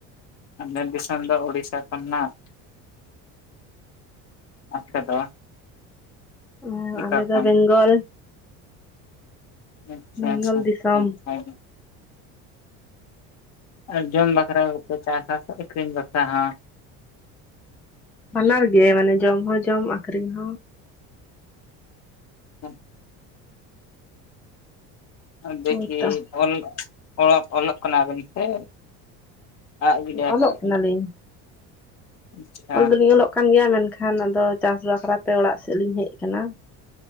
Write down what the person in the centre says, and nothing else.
ᱚ
ᱟᱞᱮ ᱫᱚ
ᱵᱮᱝᱜᱚᱞ
ᱵᱮᱝᱜᱚᱞ
ᱫᱤᱥᱚᱢ
ᱵᱟᱱᱟᱨ ᱜᱮ ᱢᱟᱱᱮ ᱡᱚᱢ ᱦᱚᱸ ᱡᱚᱢ ᱟᱠᱷᱨᱤᱧ ᱦᱚᱸ᱾
ᱦᱳᱭᱛᱚ
ᱚᱞᱚᱜ ᱠᱟᱱᱟᱞᱤᱧ
ᱚᱞ
ᱫᱚᱞᱤᱧ ᱚᱞᱚᱜ ᱠᱟᱱ ᱜᱮᱭᱟ ᱢᱮᱱᱠᱷᱟᱱ ᱟᱫᱚ ᱪᱟᱥ ᱵᱟᱠᱷᱨᱟᱛᱮ ᱚᱲᱟᱜ ᱥᱮᱫ ᱞᱤᱧ ᱦᱮᱡ ᱠᱟᱱᱟ᱾